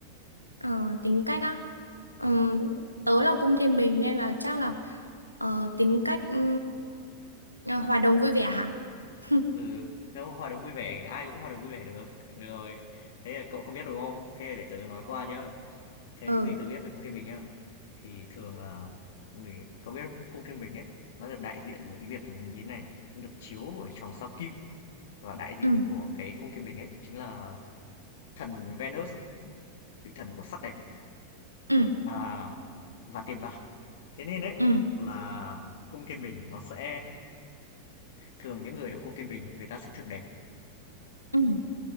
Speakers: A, on the left; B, on the left.
A: Ờ, tính cách á. Ừ.
B: Ừ,
A: Tớ là cung Thiên Bình nên là chắc là ờ, tính cách ừ, à, hòa đồng vui vẻ hả? <laughs>
B: ừ. Nếu hòa đồng vui vẻ, ai cũng hòa đồng vui vẻ được. Được rồi. Thế là cậu không biết đúng không? Thế là để tớ nói qua nhá. Theo
A: Ừ.
B: những gì tớ biết về cung thiên bình nhá. Thì thường là người có biết không? Cung Thiên Bình ấy, nó được đại diện bởi cái việc là như thế này này, nó được chiếu bởi chòm sao Kim và đại diện
A: Ừ. ừ
B: của cái Cung Thiên Bình ấy chính là thần Venus, vị thần của sắc đẹp
A: ừ
B: à, và tiền bạc. Thế nên đấy
A: ừ
B: là Cung Thiên Bình nó sẽ thường những người ở Cung Thiên Bình người ta sẽ thường đẹp
A: ừ